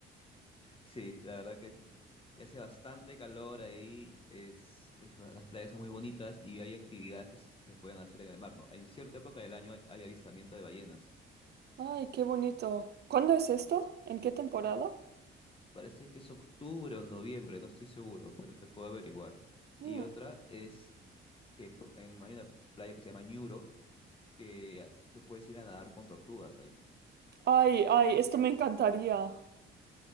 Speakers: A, on the left (about 25°); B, on the right (about 55°).
A: Sí, la verdad que sí. Y hace bastante calor ahí, es, es ba- las playas son muy bonitas y hay actividades que se se pueden hacer en el mar, ¿no? En cierta época del año hay, hay avistamiento de ballenas.
B: Ay, qué bonito. ¿Cuándo es esto? ¿En qué temporada?
A: Parece que es octubre o noviembre, no estoy seguro, pero te puedo averiguar.
B: Mm.
A: Y otra es que pu- en, hay una playa que se llama Ñuro, que tú puedes ir a nadar con tortugas ahí.
B: Ay, ay, esto me encantaría.